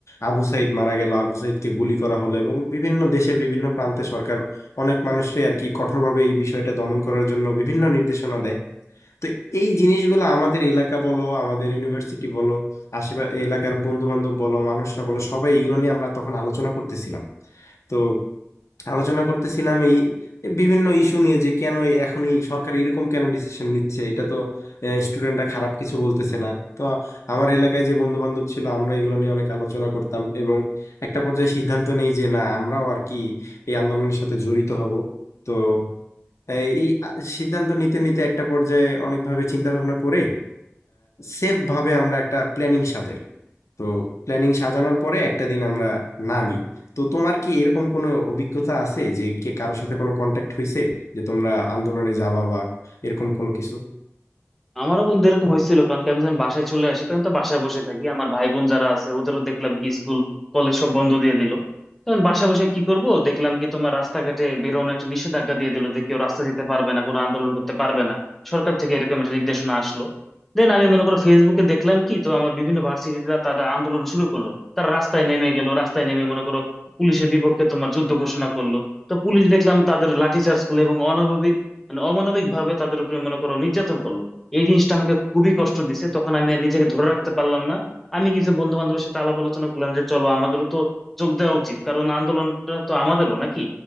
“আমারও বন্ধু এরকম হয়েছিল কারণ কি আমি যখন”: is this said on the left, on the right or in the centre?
Centre